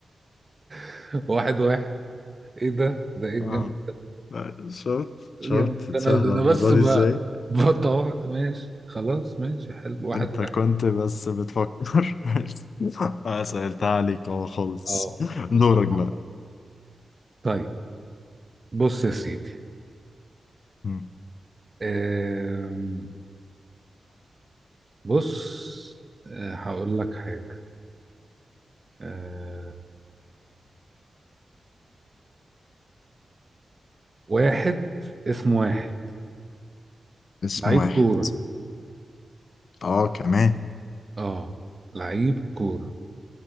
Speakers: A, on the right; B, on the left.
A: <laughs> واحد واحد ايه ده ده ايه الجمال
B: اه لا، شفت شفت
A: يا- ده
B: سهلة
A: انا ده انا
B: المرة
A: بس
B: دي
A: ب-
B: ازاي
A: بطوع ماشي خلاص ماشي حلو واحد
B: انت
A: واحد
B: كنت بس بتفكر <laughs> اه سهلتها عليك اه خالص
A: اه بصراحة
B: دورك بقى
A: طيب بص يا سيدي
B: أمم.
A: آم، بص آه، هقول لك حاجة آه، واحد اسمه واحد
B: اسم
A: لعيب
B: واحد
A: كورة
B: اه كمان
A: اه لعيب كورة